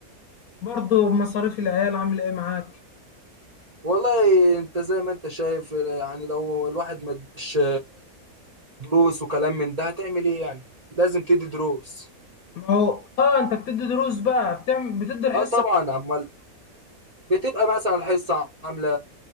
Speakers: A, on the left (about 75°); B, on the right (about 30°).
A: برضه مصاريف العيال عامله ايه معاك
B: والله انت زي ما انت شايف يعني لو الواحد ما اداش دروس وكلام من ده هتعمل ايه يعني لازم تدي دروس
A: ما هو اه انت بتدي دروس بقى بتعمل بتدي الحصه
B: اه طبعا امال بتبقى مثلا الحصه عامله